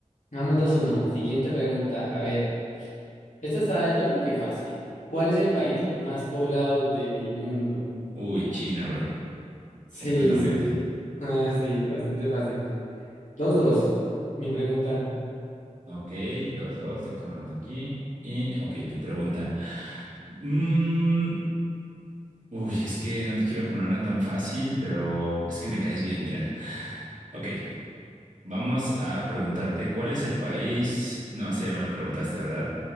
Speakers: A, on the left; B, on the right.
A: vamos dos uno Siguiente pregunta. A ver, esta está yo creo que fácil. ¿Cuál es el país más poblado del mundo?
B: Uy, China, bro,
A: Sí,
B: completamente.
A: sí. Ah, sí, bastante fácil. dos dos Mi pregunta.
B: Ok, dos, dos, déjalo anoto aquí. Y, ok, tu pregunta. Mm, uy, es que no te quiero poner una tan fácil, pero es que me caes bien, mira. Ok. Vamos a preguntarte cuál es el país, no, esa ya me la preguntaste, ¿verdad?